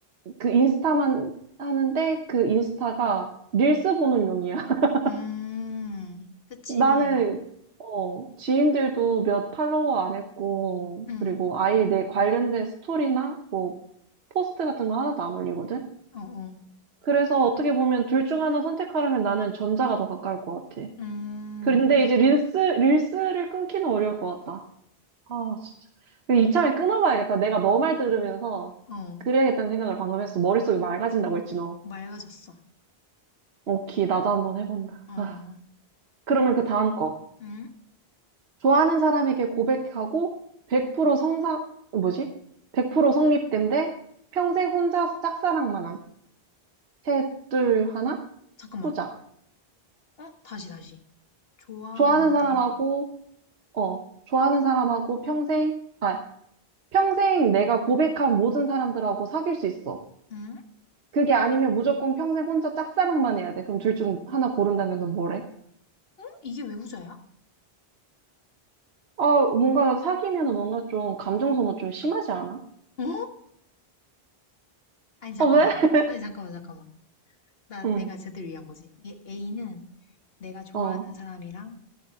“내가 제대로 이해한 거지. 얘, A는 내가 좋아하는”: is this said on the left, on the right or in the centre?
Left